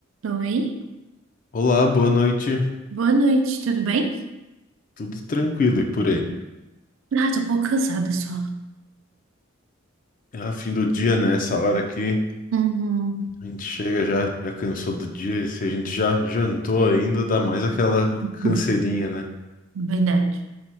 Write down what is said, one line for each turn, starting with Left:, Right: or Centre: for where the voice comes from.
Right: Oi,
Left: Olá, boa noite.
Right: boa noite, tudo bem?
Left: Tudo tranquilo e por aí?
Right: Ah, tô um pouco cansada só.
Left: É fim do dia, né? Essa hora aqui,
Right: Uhum.
Left: a gente chega já, já cansou do dia. e Se a gente já jantou ainda, dá mais aquela
Right: <laughs>
Left: canseirinha, né?
Right: Verdade.